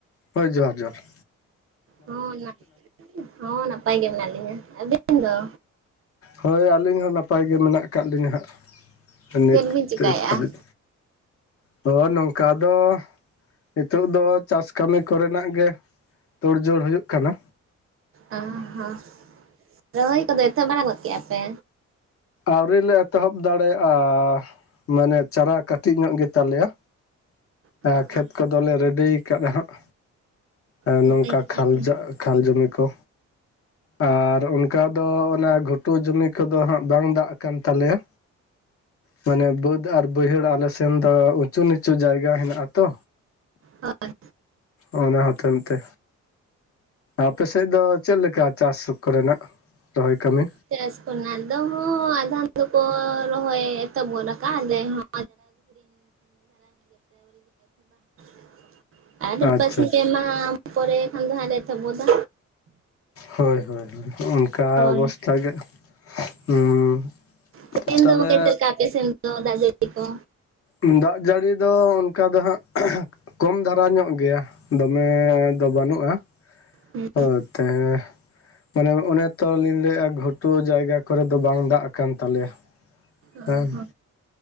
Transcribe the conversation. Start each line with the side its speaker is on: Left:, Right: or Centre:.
Left: ᱦᱳᱭ ᱡᱚᱸᱦᱟᱨ ᱡᱚᱸᱦᱟᱨ᱾
Right: ᱦᱚᱸ ᱱᱟᱯ, ᱦᱚᱸ ᱱᱟᱯᱟᱭ ᱜᱮ ᱢᱮᱱᱟᱜ ᱞᱤᱧᱟᱹ᱾ ᱟᱹᱵᱤᱱ ᱫᱚ?
Left: ᱦᱳᱭ ᱟᱹᱞᱤᱧ ᱦᱚᱸ ᱱᱟᱯᱟᱭ ᱜᱮ ᱢᱮᱱᱟᱜ ᱟᱠᱟᱫ ᱞᱤᱧᱟᱹ ᱦᱟᱸᱜ, ᱱᱤᱛ
Right: ᱪᱮᱫ ᱵᱤᱱ ᱪᱤᱠᱟᱭᱮᱜᱼᱟ
Left: ᱛᱮ ᱦᱟᱹᱵᱤᱡ᱾ ᱦᱚᱸ ᱱᱚᱝᱠᱟ ᱫᱚ ᱱᱤᱛᱳᱜ ᱫᱚ ᱪᱟᱥ ᱠᱟᱹᱢᱤ ᱠᱚᱨᱮᱱᱟᱜ ᱜᱮ ᱛᱳᱲ ᱡᱳᱲ ᱦᱩᱭᱩᱜ ᱠᱟᱱᱟ᱾
Right: ᱚ ᱦᱚᱸ, ᱨᱚᱦᱚᱭ ᱠᱚᱫᱚ ᱮᱛᱚᱦᱚᱵ ᱵᱟᱱᱟ ᱜᱚᱫ ᱠᱮᱜ-ᱟ ᱯᱮ?
Left: ᱟᱹᱣᱨᱤᱞ ᱞᱮ ᱮᱛᱚᱦᱚᱵ ᱫᱟᱲᱮᱭᱟᱜᱼᱟ, ᱢᱟᱱᱮ ᱪᱟᱨᱟ ᱠᱟᱹᱴᱤᱡ ᱧᱚᱜ ᱜᱮ ᱛᱟᱞᱮᱭᱟ᱾
Right: ᱚ
Left: ᱮᱸ
Right: ᱦᱚᱸ
Left: ᱠᱷᱮᱛ ᱠᱚᱫᱚᱞᱮ ᱨᱮᱰᱤ ᱟᱠᱟᱫᱟ ᱦᱟᱸᱜ, ᱮᱸ
Right: ᱱᱟᱯᱟᱭ
Left: ᱱᱚᱝᱠᱟ
Right: ᱠᱟᱛᱷᱟ
Left: ᱠᱷᱟᱞᱡᱟᱜ
Right: ᱜᱮ
Left: ᱠᱷᱟᱞ ᱡᱚᱢᱤ ᱠᱚ, ᱟᱨ ᱚᱱᱠᱟ ᱫᱚ ᱚᱱᱟ ᱜᱷᱩᱴ ᱴᱩ ᱡᱚᱢᱤ ᱠᱚᱫᱚ ᱦᱟᱸᱜ ᱵᱟᱝ ᱫᱟᱜ ᱟᱠᱟᱱ ᱛᱟᱞᱮᱭᱟ᱾ ᱢᱟᱱᱮ ᱵᱟᱹᱫᱽ ᱟᱨ ᱵᱟᱹᱭᱦᱟᱹᱲ ᱟᱞᱮ ᱥᱮᱱ ᱫᱚ ᱩᱪᱩ ᱱᱤᱪᱩ ᱡᱟᱭᱜᱟ ᱦᱮᱱᱟᱜ-ᱟ ᱛᱚ᱾
Right: ᱦᱳᱭ᱾
Left: ᱚᱱᱟ ᱦᱚᱛᱮᱱ ᱛᱮ᱾ ᱟᱯᱮ ᱥᱮᱫ ᱫᱚ ᱪᱮᱫ ᱞᱮᱠᱟ ᱪᱟᱥ ᱠᱚᱨᱮᱱᱟᱜ, ᱨᱚᱦᱚᱭ ᱠᱟᱹᱢᱤ?
Right: ᱪᱟᱥ ᱠᱚᱨᱮᱱᱟᱜ ᱫᱚ ᱦᱚᱸ ᱟᱫᱷᱚᱱ ᱫᱚᱠᱚ ᱨᱚᱦᱚᱭ ᱮᱛᱚᱦᱚᱵ ᱜᱚᱫ ᱠᱟᱜ-ᱟ ᱟᱞᱮ ᱦᱚᱸ <unintelligible> ᱟᱫᱚ
Left: ᱟᱪᱪᱷᱟ
Right: ᱵᱟᱨᱥᱤᱧ
Left: ᱟᱪᱪᱷᱟ
Right: ᱯᱮ ᱢᱟᱦᱟ ᱯᱚᱨᱮ ᱠᱷᱟᱱ ᱫᱚ ᱦᱟᱸᱜ ᱞᱮ ᱮᱛᱚᱦᱚᱵ ᱜᱚᱫᱟ᱾
Left: ᱦᱳᱭ ᱦᱳᱭ ᱦᱳᱭ, ᱦᱚᱸᱜᱼᱚᱱ ᱠᱟ
Right: ᱦᱳᱭ
Left: ᱚᱵᱚᱥᱛᱷᱟ ᱜᱮ ᱩᱸ,
Right: ᱛᱮᱦᱮᱧ
Left: ᱛᱟᱞᱦᱮ
Right: ᱫᱚ ᱜᱚᱢᱠᱮ ᱪᱮᱫ ᱞᱮᱠᱟ ᱟᱯᱮ ᱥᱮᱱ ᱫᱚ ᱫᱟᱜ ᱡᱟᱹᱲᱤ ᱠᱚ?
Left: ᱩᱸ ᱫᱟᱜ ᱡᱟᱹᱲᱤ ᱫᱚ ᱚᱱᱠᱟ ᱫᱚ ᱦᱟᱸᱜ ᱠᱚᱢ ᱫᱷᱟᱨᱟ ᱧᱚᱜ ᱜᱮᱭᱟ, ᱫᱚᱢᱮ ᱫᱚ ᱵᱟᱹᱱᱩᱜᱼᱟ᱾
Right: ᱦᱮᱸ
Left: ᱚ ᱛᱮ ᱢᱟᱱᱮ ᱚᱱᱮ ᱛᱚ ᱞᱤᱧ ᱞᱟᱹᱭᱮᱼᱟ ᱜᱷᱩᱴᱩ ᱡᱟᱭᱜᱟ ᱠᱚᱨᱮᱫ ᱫᱚ ᱵᱟᱝ ᱫᱟᱜ ᱟᱠᱟᱱ ᱛᱟᱞᱮᱭᱟ᱾
Right: ᱚ
Left: ᱦᱮᱸ᱾
Right: ᱦᱚᱸ